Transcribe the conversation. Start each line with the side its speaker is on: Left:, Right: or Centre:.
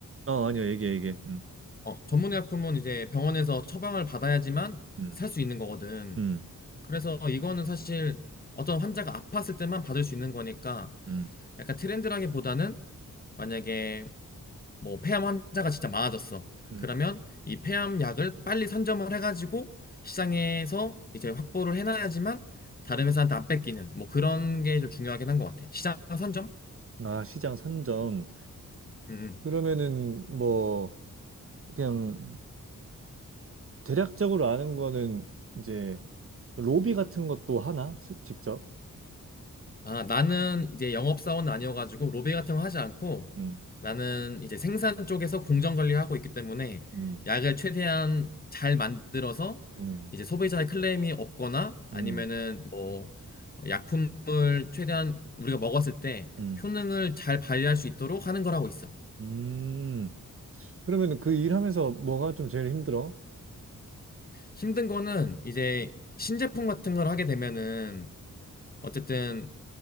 Right: 어, 아니야. 얘기해, 얘기해. 음,
Left: 어 전문 의약품은 이제 병원에서 처방을 받아야지만
Right: 음,
Left: 살 수 있는 거거든.
Right: 음,
Left: 그래서 이거는 사실 어떤 환자가 아팠을 때만 받을 수 있는 거니까
Right: 음,
Left: 약간 트렌드라기보다는 만약에 뭐 폐암 환자가 진짜 많아졌어.
Right: 음.
Left: 그러면 이 폐암 약을 빨리 선점을 해가지고 시장에서 이제 확보를 해놔야지만 다른 회사한테 안 뺏기는 뭐 그런 게 좀 중요하긴 한 것 같아. 시장 선점?
Right: 아, 시장 선정.
Left: 음. 음.
Right: 그러면은 뭐, 그냥 대략적으로 아는 거는 이제 로비 같은 것도 하나? 스- 직접?
Left: 아, 나는 이제 영업사원은 아니어가지고 로비 같은 거 하지 않고
Right: 음,
Left: 나는 이제 생산 쪽에서 공정 관리하고 있기 때문에
Right: 음,
Left: 약을 최대한 잘 만들어서
Right: 음,
Left: 이제 소비자의 클레임이 없거나 아니면은
Right: 음.
Left: 뭐 약품을 최대한 우리가 먹었을 때
Right: 음.
Left: 효능을 잘 발휘할 수 있도록 하는 걸 하고 있어.
Right: 음, 그러면 그 일하면서 뭐가 좀 제일 힘들어?
Left: 힘든 거는 이제 신제품 같은 걸 하게 되면은 어쨌든